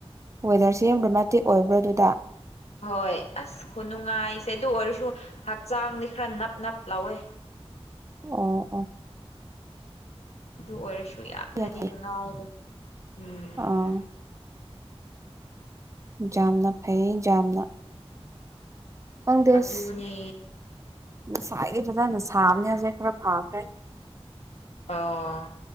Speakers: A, on the right; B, on the left.
A: ꯋꯦꯗꯔꯁꯦ ꯌꯥꯝ ꯔꯣꯃꯦꯟꯇꯤꯛ ꯑꯣꯏꯕ꯭ꯔꯣ ꯑꯗꯨꯗ
B: ꯍꯣꯏ ꯑꯁ ꯈꯨꯅꯨꯡꯉꯥꯏꯁꯦ ꯑꯗꯨ ꯑꯣꯏꯔꯁꯨ ꯍꯛꯆꯥꯡꯗꯤ ꯈꯔ ꯅꯞ ꯅꯞ ꯂꯧꯋꯦ
A: ꯑꯣ ꯑꯣ
B: ꯑꯗꯨ ꯑꯣꯏꯔꯁꯨ ꯌꯥꯝꯅꯗꯤ
A: ꯌꯥꯝ ꯐꯩ
B: ꯅꯨꯡꯉꯥꯏꯔꯦ ꯎꯝ
A: ꯑꯥ ꯌꯥꯝꯅ ꯐꯩ ꯌꯥꯝꯅ ꯑꯪꯗꯦꯁ
B: ꯑꯗꯨꯅꯦ
A: ꯉꯁꯥꯏꯗꯤ ꯐꯖꯅ ꯁꯥꯕꯅꯦ ꯍꯧꯖꯤꯛ ꯈꯔ ꯐꯈ꯭ꯔꯦ
B: ꯑꯥ